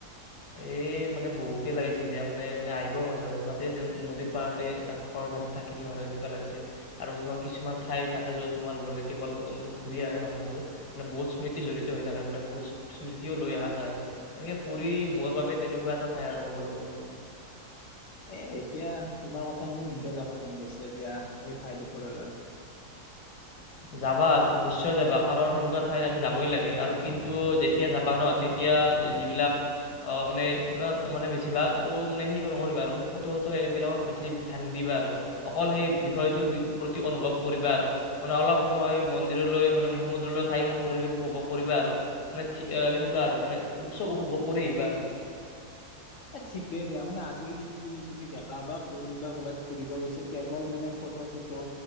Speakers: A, on the left; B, on the left.
A: এই মানে বহুতেই লাগিছিল দিয়া, মানে-মানে আহিবই মন যোৱা নাছিল তাতে যেন নদীৰ পাৰতে তাক ঘৰ বান্ধি থাকি দিম আৰু এনেকুৱা লাগিছিল। আৰু তোমাৰ কিছুমান ঠাই থাকে য'ত তোমাৰ গ'লে কেৱল মানে ঘূৰি আহে নহয় আৰু মানে বহুত স্মৃতি জড়িত হৈ থাকে মানে বহুত স্মৃতিও লৈ অ আহা যায় এনেকে পুৰি মোৰ বাবে তেনেকুৱা এটা ঠাই আৰু ক'বলৈ গ'লে।
B: এ এতিয়া তোমাৰ কথা শুনি মোৰে যাব মন গৈছে দিয়া, এই ঠাইডোখৰলৈ।
A: যাবা, নিশ্চয় যাবা কাৰণ সেনেকুৱা ঠাইত আমি যাবই লাগে। আৰু কিন্তু যেতিয়া যাবা ন, তেতিয়া যিবিলাক মানে-মানে বেছিভাগ আৰু মানে হেৰি নকৰিবা আৰু ফটোটো এইবিলাকত বেছি ধ্যান দিবা আৰু। অকল সেই বিষয়টোৰ প্ৰতি অনুভৱ কৰিবা আৰু। মানে অলপ সময় মন্দিৰলৈ মানে সমুদ্ৰলৈ ঠাইখন পৰিৱেশ উপভোগ কৰিবা আৰু। মানে সেনেকুৱা আৰু মানে উপচ উপভোগ কৰি আহিবা আৰু।
B: এ ঠিকেই দিয়া মানে আজিকালি কি তুমি দেখা বা কোনোবা কৰ'ৰবাত ফুৰিব গৈছে কেৱল মানে ফটো-ফটো।